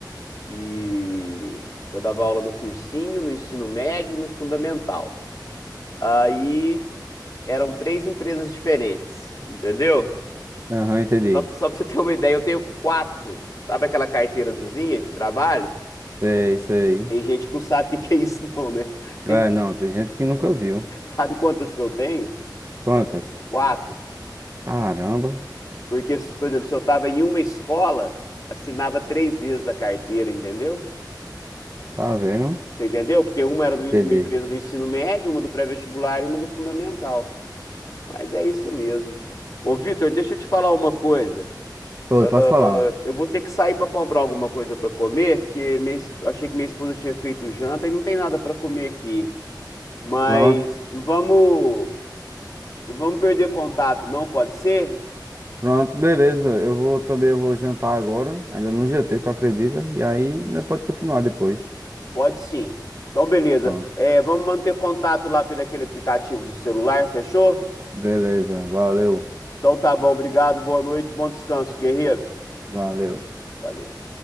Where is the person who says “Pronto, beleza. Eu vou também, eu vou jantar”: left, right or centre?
Right